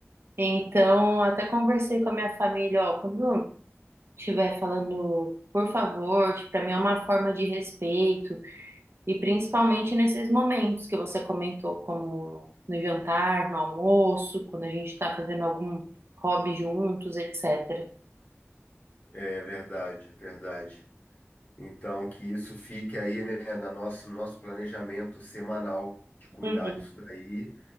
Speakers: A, on the right; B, on the left.
A: Então, até conversei com a minha família, ó, quando estiver falando por favor, que para mim é uma forma de respeito, e principalmente nesses momentos que você comentou, como no jantar, no almoço, quando a gente está fazendo algum hobby juntos, etc.
B: é verdade, verdade. Então, que isso fique aí, né, na nosso nosso planejamento semanal de cuidar
A: Uhum.
B: disso daí